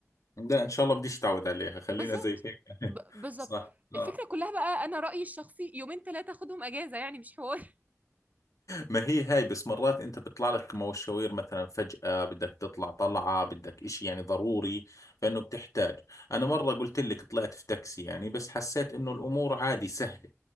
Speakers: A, on the left; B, on the right.
A: لا ان شاء الله بديش تعود عليها خلينا
B: بالظبط
A: زي هيك
B: ب- بالظبط
A: صح آه.
B: الفكرة كلها بقى أنا رأيي الشخصي يومين ثلاثة خدهم أجازة يعني مش حوار <laughs>
A: ما هي هاي بس مرات انت بيطلع لك مشاوير مثلا فجأة بدك تطلع طلعة بدك اشي يعني ضروري فانه بتحتاج انا مرة قلت لك طلعت في تاكسي يعني بس حسيت انه الامور عادي سهلة